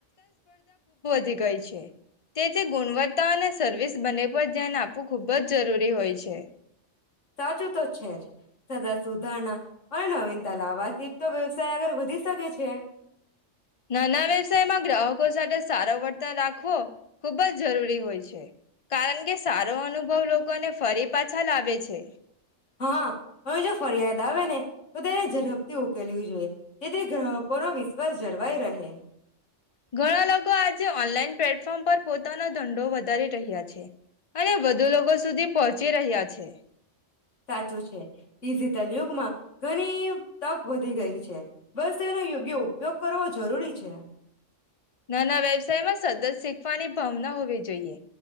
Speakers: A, on the left; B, on the left.
A: ધી ગઈ છે. તે જે ગુણવતાન સર્વિસ બને પર ધ્યાન આપવું ખુબ જ જરૂરી હોય છે.
B: સાચું તો છે જ. સદા સુધારણા પણ નવીન તલાવાત થી તો વ્યવસાય આગળ વધી શકે છે.
A: નાના વ્યવસાયમાં ગ્રાહકો સાથે સારો વર્તન રાખ વો ખુબ જ જરૂરી હોય છે. કારણ કે સારો અનુભવ લોકોને ફરી પાછા લાવે છે.
B: હા, હવે જો ફરિયાદ આવે ને તો તેને ઝડપથી ઉકેલવી જોઈએ. જે તે ગ્રાહકોનો વિશ્વાસ જળવાઈ રહે. <inaudible>
A: ઘણા લોકો આજે ઓનલાઈન પ્લેટફોર્મ પર પોતાનો ધંઘો વધારી રહ્યા છે અને વધુ લોકો સુધી પહોંચી રહ્યા છે.
B: સાચું છે. ડિઝીટલ યુગમાં ઘણી તક વધી ગઈ છે. બસ તેનો યોગ્ય ઉપયોગ કરવો જરૂરી છે.
A: નાના વ્યવસાયમાં સદ શીખવાની ભાવના હોવી જોઈએ.